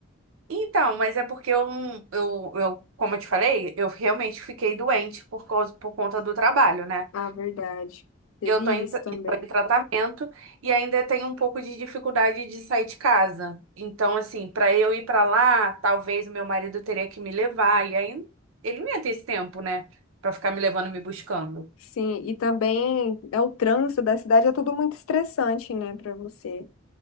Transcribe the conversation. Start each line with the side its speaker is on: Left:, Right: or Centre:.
Right: Então, mas é porque eu, não- eu, eu, como eu te falei, eu realmente fiquei doente por causa, por conta do trabalho, né?
Left: Ah, verdade. Teve
Right: E Eu tô em,
Left: isso
Right: tra-
Left: também.
Right: em tratamento e ainda tenho um pouco de dificuldade de sair de casa. Então, assim, para eu ir para lá, talvez o meu marido teria que me levar. E aí ele não ia ter esse tempo, né? Pra ficar me levando e me buscando.
Left: Sim, e também é o trânsito da cidade, é tudo muito estressante, né, pra você.